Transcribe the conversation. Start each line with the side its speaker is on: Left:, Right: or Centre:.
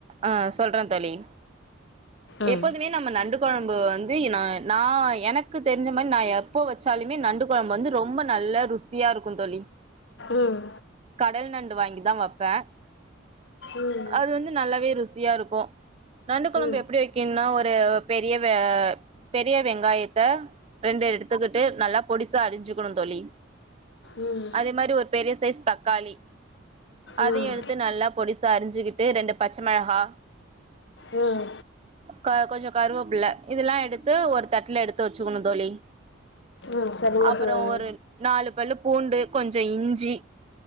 Right: அ சொல்ற தோழி
Left: ம்
Right: எப்போதுமே நம்ம நண்டு கொழம்பு வந்து எ நா நா எனக்கு தெரிஞ்ச மாரி நா எப்போ வச்சாலுமே நண்டு கொழம்பு வந்து ரொம்ப நல் நல்ல ருசியா இருக்கு தோழி
Left: ம்
Right: கடல் நண்டு வாங்கி தா வப்பே
Left: ம்
Right: அது வந்து நல்லாவே ருசியாருக்கு நண்டு கொழம்பு
Left: ம்
Right: எப்டி வை என்னா ஒரு பெரிய வே பெரிய வெங்காயத்த ரெண்டு எடுத்துக்குட்டு நல்லா பொடிசா அறிஞ்சுக்குனு தோழி
Left: ம்
Right: அதே மாரி ஒரு பெரிய சைஸ் தக்காளி அதையு
Left: ம்
Right: எடுத்து நல்லா பொடிசா அரிஞ்சி கிட்டு ரெண்டு பச்ச மெளகா
Left: ம்
Right: க கொஞ்ச கருவேப்பில்ல இதுல்லா எடுத்து ஒரு தட்ல எடுத்து வச்சுக்கனு தோழி
Left: ம் சரிங்க
Right: அப்றோ
Left: தோழி
Right: ஒரு நாலு பல்லு பூண்டு ச இஞ்சி